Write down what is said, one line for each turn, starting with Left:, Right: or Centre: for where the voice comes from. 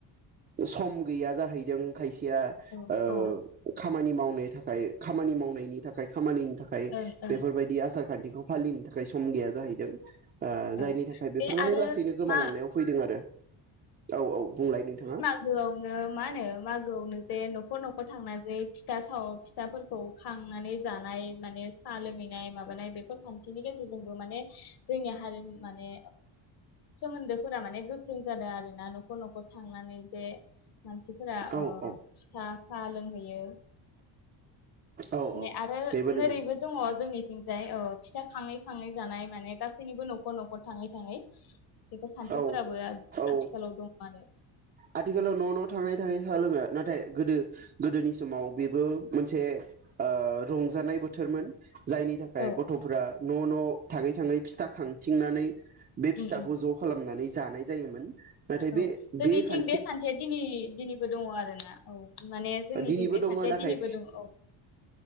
Right: सम गैया जाहैदों खायसे या
Left: औ
Right: ओ
Left: ओं
Right: खामानि माव थाखाय खामानि मावनायनि थाखाय खामानि थाखाय
Left: ओं
Right: बेफोरबायदि आसारखान्थि बेखौ फालिनो थाखाय सम गैया जाहैदों
Left: ओं
Right: जायनि थाखाय
Left: बे
Right: बेफोर माने
Left: आरो
Right: लासैनो गोमालांनायाव
Left: मा
Right: फैदों आरो औ औ बुंलाय नोंथाङा
Left: गोआवनो मा होनो मागोआवनो जे न'खर न'खर थांनानै जे फिथा साव फिथाफोरखौ खांनानै जानाय माने साहा लोंङैनाय माबानाय बेफोर खान्थिनि गेजेरजोंबो माने जोंनि हारि माने सोमोन्दोफोरा माने गोख्रों जादों आरो ना न'खर न'खर थांनानै जे मानसिफोरा
Right: औ
Left: ओ
Right: औ
Left: फिथा साहा लोंहैयो
Right: औ
Left: माने
Right: औ
Left: आरो
Right: बेबो नंगौ
Left: नोरैबो दङ जोंनिथिंजाय फिथा खाङै खाङै जानाय माने गासैनिबो न'खर न'खर थाङै थाङै बेफोर खान्थिफोराबो
Right: औ औ
Left: आथिखालाव दं
Right: आथिखालाव न' न' थाङै थाङै साह लोङो नाथाय गोदो गोदोनि समाव बेबो मोनसे रंजानाय बोथोरमोन जायनि थाखाय
Left: औ
Right: गथ'फ्रा न' न' थाङै थाङै फिथा खांथिंनानै बे फिथाखौ
Left: उम उम
Right: ज' खालामनानै जानाय जायोमोन नाथाय बे
Left: औ जोंनिथिं
Right: बे खा
Left: खान्थिया दिनै दिनैबो दङ आरोोना औ माने जोंनिथिं
Right: दिनैबो
Left: बे
Right: दङ
Left: खान्थिया
Right: नाथाय
Left: दिनैबो दङ औ